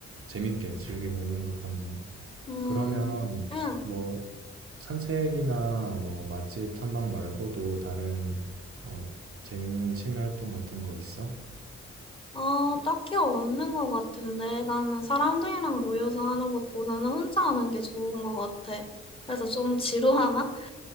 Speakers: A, on the right (about 50°); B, on the left (about 20°).
A: 재밌게 즐기고 있는 것 같네.
B: 응,
A: 그러면
B: 응
A: 뭐 산책이나 뭐 맛집 탐방 말고도 다른 어, 재밌는 취미 활동 같은 거 있어?
B: 아, 딱히 없는 것 같은데. 나는 사람들이랑 모여서 하는 것보다는 혼자 하는 게 좋은 것 같아. 그래서 좀 <laughs> 지루하나?